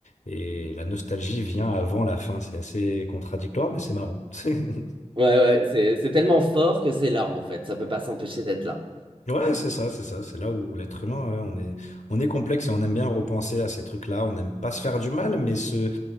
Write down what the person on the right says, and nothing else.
Ouais, ouais, c'est c'est tellement fort que c'est là, en fait. Ça peut pas s'empêcher d'être là.